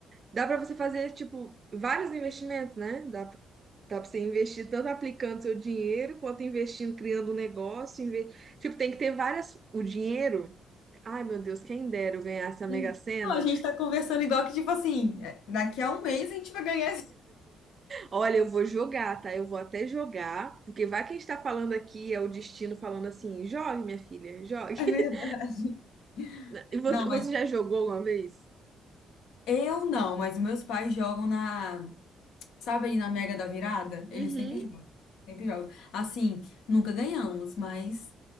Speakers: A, on the right; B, on the left.
A: dá para você fazer tipo vários investimentos, né? Dá pra... Dá para você investir tanto aplicando seu dinheiro quanto investindo, criando um negócio. inve- Tipo, tem que ter várias. O dinheiro. Ai, meu Deus, quem dera eu ganhasse a Mega
B: sim.
A: Sena
B: Não, a gente tá conversando igual que, tipo assim, é, daqui a um mês a gente vai ganhar
A: Olha, eu vou jogar, tá? Eu vou até jogar, porque vai que a gente tá falando aqui, é o destino falando assim, jogue, minha filha, jogue.
B: <laughs> É
A: <laughs>
B: verdade.
A: E Você,
B: Não, mas
A: você já jogou uma vez?
B: eu não, mas meus pais jogam na, sabe aí na Mega da Virada?
A: Uhum.
B: Eles sempre jogam, sempre jogam. Assim, nunca ganhamos, mas